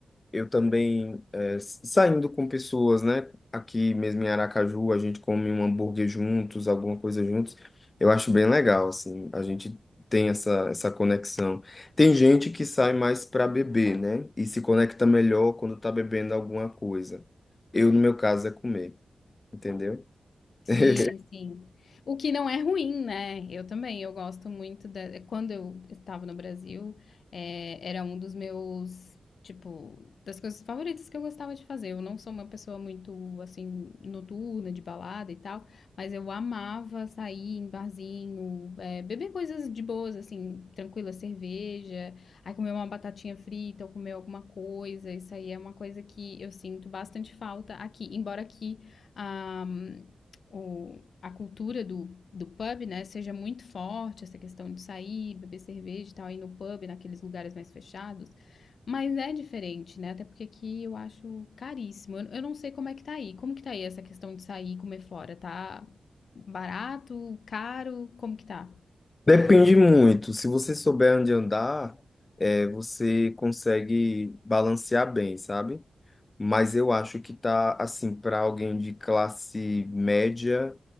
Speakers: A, on the left (about 30°); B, on the left (about 75°).
A: eu também, é, s- saindo com pessoas, né? Aqui mesmo em Aracaju, a gente come um hambúrguer juntos, alguma coisa juntos. Eu acho bem legal, assim, a gente tem essa, essa conexão. Tem gente que sai mais para beber, né? E se conecta melhor quando tá bebendo alguma coisa. Eu, no meu caso, é comer, entendeu?
B: Sim,
A: <laughs>
B: sim. O que não é ruim, né. Eu também, eu gosto muito da quando eu estava no Brasil, eh, era um dos meus, tipo, das coisas favoritas que eu gostava de fazer. Eu não sou uma pessoa muito, assim, noturna, de balada e tal, mas eu amava sair em barzinho, eh, beber coisas de boas, assim, tranquila cerveja, aí comer uma batatinha frita ou comer alguma coisa. Isso aí é uma coisa que eu sinto bastante falta aqui, embora aqui, ah o, a cultura do, do pub, né, seja muito forte, essa questão de sair, beber cerveja e tal, ir no pub, naqueles lugares mais fechados. Mas é diferente, né? Até porque aqui eu acho caríssimo. Eu, eu não sei como é que tá aí. Como que tá aí essa questão de sair e comer fora? Tá barato, caro? Como que tá?
A: Depende muito. Se você souber onde andar, é, você consegue balancear bem, sabe? mas eu acho que tá assim para alguém de classe média,